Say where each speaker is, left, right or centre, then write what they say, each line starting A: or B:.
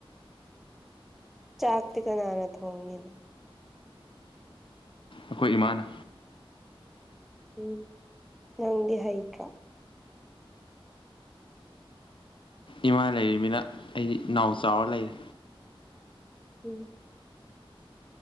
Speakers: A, in the centre; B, on the left (about 60°).
A: ꯆꯥꯥꯛꯇꯤ ꯀꯅꯥꯅ ꯊꯣꯡꯏꯅꯣ
B: ꯑꯩꯈꯣꯏ ꯏꯃꯥꯅ
A: ꯎꯝ ꯅꯪꯗꯤ ꯍꯩꯇ꯭ꯔꯣ
B: ꯏꯃꯥ ꯂꯩꯔꯤꯃꯤꯅ ꯑꯩꯗꯤ ꯅꯥꯎ ꯆꯥꯎꯔ ꯂꯩꯔꯦ
A: ꯎꯝ